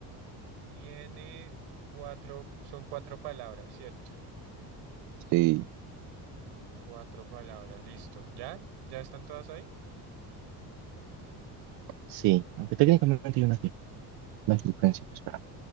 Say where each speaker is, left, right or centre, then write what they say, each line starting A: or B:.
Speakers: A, on the right; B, on the right.
A: tiene cuatro, son cuatro palabras, ¿cierto?
B: Sí,
A: Cuatro palabras, listo. ¿Ya? ¿Ya están todas ahí?
B: sí, aunque técnicamente hay una aquí. No es el principio, espera.